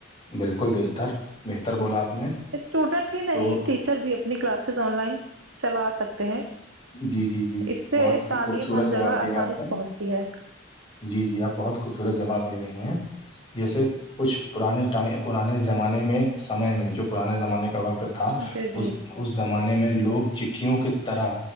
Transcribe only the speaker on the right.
اسٹوڈنٹ ہی نہیں
ٹیچر بھی اپنی کلاسز آن لائن چلا سکتے ہیں
اس سے
تعلیم
ہر
جگہ
آسانی
سے پہنچتی ہے
جی جی